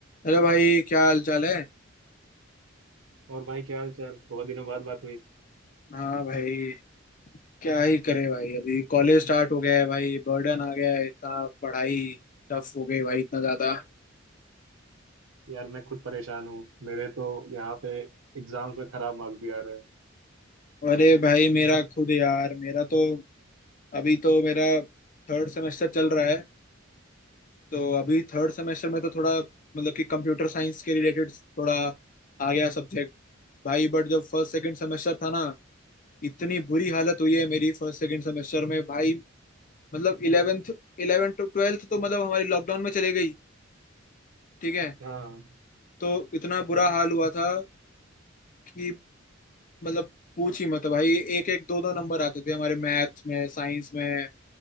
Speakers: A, on the left (about 40°); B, on the right (about 80°).
A: अरे भाई क्या हाल चाल है
B: और भाई क्या हाल चाल बहुत दिनों बाद बात हुई
A: हाँ भाई क्या ही करे भाई अभी कॉलेज स्टार्ट हो गया है भाई बर्डन आ गया है इतना पढ़ाई टफ हो गई भाई इतना ज्यादा
B: यार मैं खुद परेशान हूँ मेरे तो यहाँ पे एग्जाम्स में खराब मार्क्स भी आ रहे हैं
A: अरे भाई मेरा खुद यार मेरा तो अभी तो मेरा थर्ड सेमेस्टर चल रहा है तो अभी थर्ड सेमेस्टर में तो थोड़ा मतलब कि कंप्यूटर साइंस के रिलेटेड थोड़ा आ गया सब्जेक्ट भाई बट जब फर्स्ट सेकंड सेमेस्टर था ना इतनी बुरी हालत हुई है मेरी फर्स्ट सेकंड सेमेस्टर में भाई मतलब इलेवेंथ इलेवेंथ टू ट्वेल्थ तो मतलब हमारी लॉकडाउन में चले गई ठीक है
B: हाँ
A: तो इतना बुरा हाल हुआ था कि मतलब पूछ ही मत भाई एक एक दो दो नंबर आते थे हमारे मैथ में साइंस में